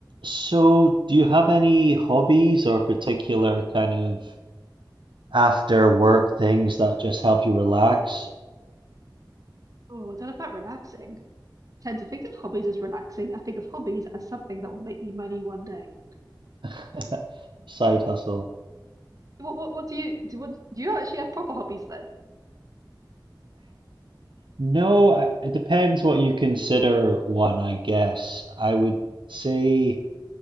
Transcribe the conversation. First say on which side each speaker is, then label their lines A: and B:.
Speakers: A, on the right (about 80°); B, on the right (about 45°).
A: So, do you have any hobbies or particular kind of after work things that just help you relax?
B: Oh, don't know about relaxing. tend to think of hobbies as relaxing. I think of hobbies as something that will make me money one day. <laughs>
A: <laughs> Side hustle.
B: So What what what do you do? What, do you actually have proper hobbies then?
A: No, I- it depends what you consider one, I guess. I would say